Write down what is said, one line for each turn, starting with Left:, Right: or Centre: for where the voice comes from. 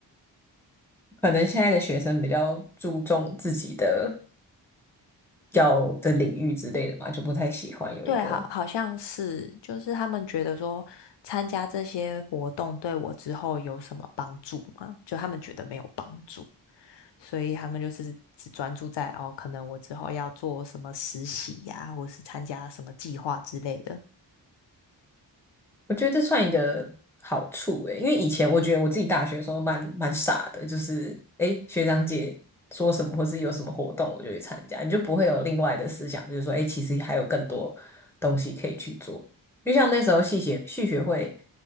Centre: 可能现在的学生比较注重自己的要的领域之类的嘛，就不太喜欢有一个
Left: 对，好，好像是，就是他们觉得说参加这些活动对我之后有什么帮助吗？就他们觉得没有帮助，所以他们就是只专注在哦，可能我之后要做什么实习呀、或是参加什么计划之类的。
Centre: 我觉得这算一个好处诶，因为以前我觉得我自己大学的时候蛮蛮傻的，就是诶学长姐说什么或是有什么活动，我就去参加，你就不会有另外的思想，就是说诶其实还有更多东西可以去做。就像那时候系学系学会，